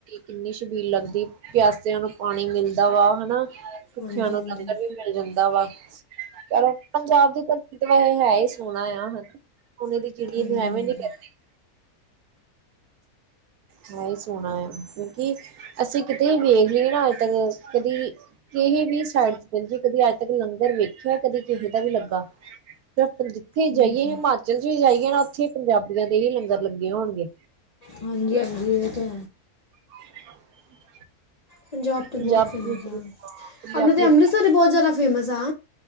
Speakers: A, on the right; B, on the left.
A: ਕਿੰਨੀ ਛ ਛਬੀਲ ਲੱਗਦੀ ਪਿਆਸਿਆਂ ਨੂੰ ਪਾਣੀ ਮਿਲਦਾ ਵਾ ਹਨਾ। ਭੁੱਖਿਆਂ
B: ਹਾਂਜੀ
A: ਨੂੰ
B: ਹਾਂਜੀ
A: ਲੰਗਰ
B: ਹਾਂਜੀ
A: ਵੀ ਮਿਲ ਜਾਂਦਾ ਵਾ। ਚਲੋ ਪੰਜਾਬ ਦੀ ਧਰਤੀ ਤੇ ਵੈਸੇ ਹੈ ਹੀ ਸੋਹਣਾ ਆ ਹਨਾ। ਸੋਨੇ ਦੀ ਚਿੜੀ
B: ਹਾਂਜੀ
A: ਇਹਨੂੰ ਐਵੇਂ ਨੀ ਕਹਿੰਦੇ। ਹੈ ਹੀ ਸੋਹਣਾ ਆ ਕਿਉਂਕਿ ਅਸੀਂ ਕਿਤੇ ਵੇਖ ਲਈਏ ਨਾ ਅੱਜ ਤੱਕ ਕਦੀ ਕਿਸਹੀ ਵੀ ਸਾਈਡ ਚ ਚਲ ਜਏ ਕਦੀ ਅੱਜ ਤੱਕ ਲੰਗਰ ਵੇਖਿਆ ਕਦੀ ਕਿਸੇ ਦਾ ਵੀ ਲੱਗਾ। ਫਿਰ ਜਿੱਥੇ
B: ਹਾਂਜੀ
A: ਜਾਈਏ ਹਿਮਾਚਲ ਚ ਵੀ ਜਾਈਏ, ਨਾ ਉੱਥੇ ਪੰਜਾਬੀਆਂ ਦੇ ਹੀ ਲੰਗਰ ਲੱਗੇ ਹੋਣਗੇ।
B: ਹਾਂਜੀ, ਹਾਂਜੀ। ਤੇ
A: <inaudible>
B: ਪੰਜਾਬ ਤਾਂ
A: ਪੰਜਾਬੀ
B: ਬਹੁਤ ਫੇਮਸ ਆ
A: ਪੰਜਾਬੀਆਂ
B: ਆਪਣੇ ਤਾਂ ਅੰਮ੍ਰਿਤਸਰ ਹੀ ਬਹੁਤ ਜ਼ਿਆਦਾ ਫੇਮਸ ਆ।